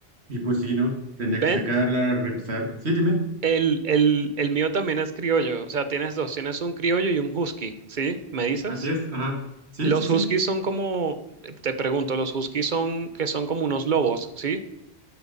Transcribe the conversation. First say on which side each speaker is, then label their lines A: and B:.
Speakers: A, on the right; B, on the right.
A: Y pues sí, ¿no? Tenía
B: Ven,
A: que sacarla, regresar. Sí, dime.
B: el, el, el mío también es criollo, o sea, tienes dos, tienes un criollo y un husky, ¿sí? ¿Me dices?
A: Así es, ajá. Sí,
B: Los
A: sí, sí.
B: huskies son como, te pregunto, los huskies son que son como unos lobos, ¿sí?